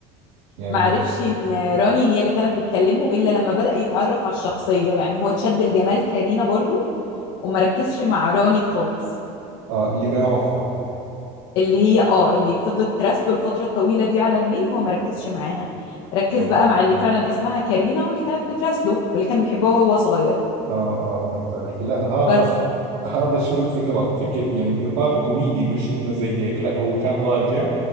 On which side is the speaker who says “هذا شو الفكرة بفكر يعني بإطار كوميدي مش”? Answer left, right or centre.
Right